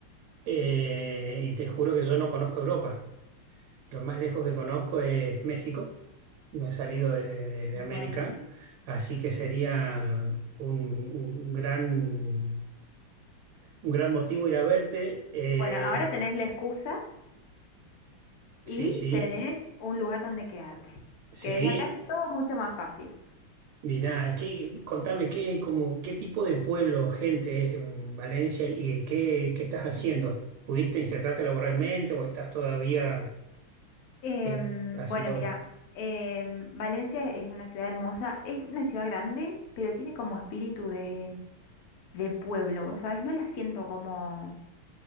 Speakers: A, on the right; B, on the left.
A: eh, y te juro que yo no conozco Europa. Lo más lejos que conozco es México. No he salido de, de- de
B: Bueno.
A: América, así que sería un, un gran, un gran motivo ir a verte. Eh,
B: Bueno, ahora tenés la excusa y
A: sí, sí,
B: tenés un lugar donde quedarte,
A: sí.
B: que desde acá es todo mucho más fácil.
A: Mirá, ¿qué, contame qué, como, qué tipo de pueblo, gente es en Valencia y qué, qué estás haciendo? ¿Pudiste insertarte laboralmente o estás todavía
B: Em,
A: eh, haciendo?
B: bueno, mira, em, Valencia es una ciudad hermosa, es una ciudad grande, pero tiene como espíritu de, de pueblo, ¿vos sabés? No la siento como,